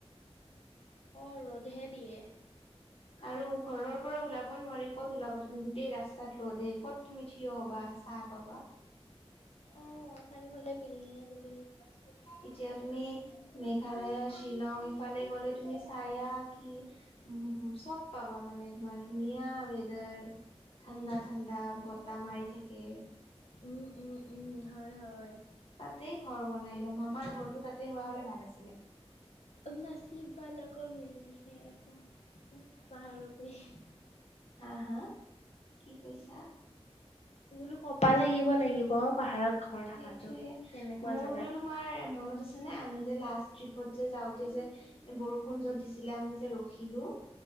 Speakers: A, on the left (about 85°); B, on the left (about 60°).
A: অ', ৰ'দহে দিয়ে।
B: আৰু ঘৰৰ পৰা ওলাবই নোৱাৰি, ক'ত ওলাবা তুমি গোটেই ৰাস্তাত ৰ'দে, ক'ত তুমি থিয় হ'বা? <unintelligible>
A: অ', চাৰিওফালে বিল্ডিঙে বিল্ডিং <unintelligible>
B: এতিয়া তুমি মেঘালয়, শ্বিলং ইফালে গ'লে তুমি চাঁয়া কি উম, চব পাবা মানে তোমাৰ ধুনীয়া ৱেদাৰ। ঠাণ্ডা,
A: উম।
B: ঠাণ্ডা বতাহ মাৰি থাকে।
A: উম, উম, উম হয়, হয়।
B: তাতে ঘৰ বনাই ল'ম, আমাৰ ঘৰটো তাতে হোৱা হ'লে ভাল আছিলে।
A: অ নাচিবা লগৰ মিলতি হে আছে <unintelligible>
B: হা, হা, কি কৈছা?
A: বোলো কপাল থাকিব লাগিব, পাহাৰত ঘৰ থকাটো
B: সেইটোৱে
A: তেনেকুৱা
B: মোৰতো
A: জেগাত
B: তোমাৰ মনত আছ <unintelligible> আমি যে লাষ্ট ট্ৰিপত যে যাওঁতে যে, বৰষুণ য'ত দিছিলে আমি যে ৰখিলো।